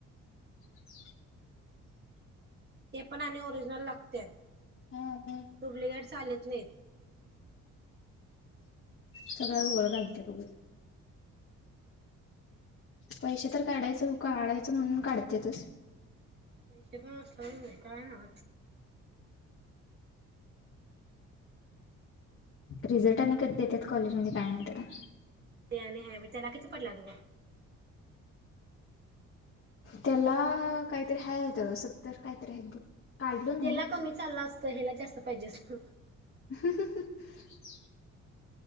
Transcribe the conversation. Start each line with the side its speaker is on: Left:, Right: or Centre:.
Left: <unintelligible>
Right: ते पण आणि ओरिजिनल लागते.
Left: हा मग
Right: डुप्लिकेट चालेत नाहीत.
Left: सगळ घोळ घालतात उगच. पैसे तर काढायचं हो का काढायचं म्हणून काढतेच.
Right: पैसे पण असता काय ना आता.
Left: रिझल्ट आणि कधी देतात कॉलेजमध्ये काय माहित आता.
Right: ते आणि हाय बी त्याला किती पडलेत गं?
Left: त्याला काहीतरी हाय आहेत सत्तर काहीतरी आहेत बघ. काढलो नाही
Right: त्याला कमी चालला असतं ह्याला जास्त पाहिजे असत
Left: ह